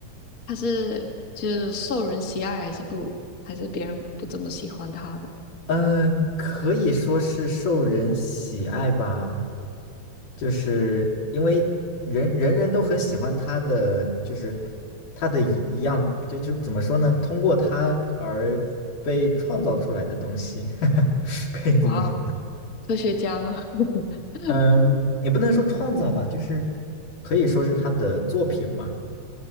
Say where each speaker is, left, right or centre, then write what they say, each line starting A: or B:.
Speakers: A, on the left; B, on the left.
A: 他是就是受人喜爱，还是不还是别人不怎么喜欢他的？
B: 嗯，可以说是受人喜爱吧，就是因为人人人都很喜欢他的，就是他的一一样，就就怎么说呢？通过他而被创造出来的东西，<laughs> 可以这么说。
A: 哇哦，科学家吗？<laughs>
B: 嗯，也不能说创造吧，就是可以说是他的作品嘛。